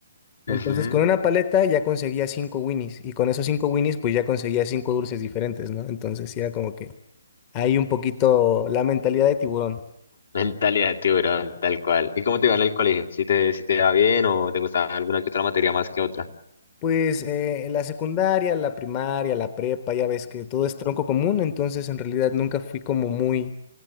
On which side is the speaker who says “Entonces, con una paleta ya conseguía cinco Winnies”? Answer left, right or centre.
Left